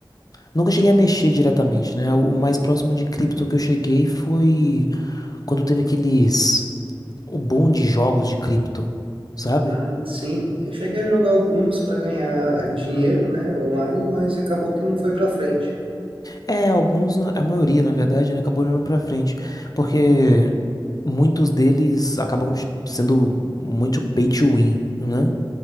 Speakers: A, on the left (about 45°); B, on the right (about 85°).
A: nunca cheguei a mexer diretamente, né? O mais próximo de cripto que eu cheguei foi quando teve aqueles, o boom de jogos de cripto, sabe?
B: Ah, sim. Eu cheguei a jogar alguns para ganhar dinheiro, né, online, mas acabou que não foi para frente.
A: É, alguns, a maioria, na verdade, né, acabou indo pra frente, porque muitos deles acabam sendo muito pay to win, né?